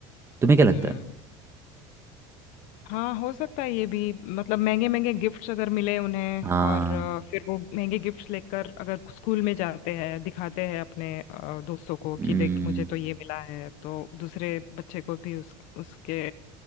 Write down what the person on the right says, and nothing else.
तुम्हें क्या लगता
है
हाँ
हम्म